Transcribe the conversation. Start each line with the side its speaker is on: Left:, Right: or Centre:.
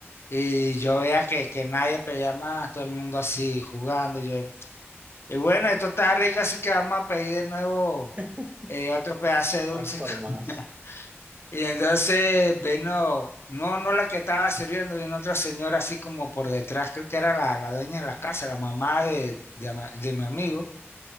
Left: Y yo veía que, que nadie pedía más, todo el mundo así jugando. Yo, y bueno, esto está rico, así que vamos a pedir de nuevo
Right: <laughs>
Left: eh, otro pedazo de dulce.
Right: vas por más.
Left: <laughs> Y entonces vino, no, no la que estaba sirviendo, vino otra señora así como por detrás, creo que era la, la dueña de la casa, la mamá de, de ama- de mi amigo.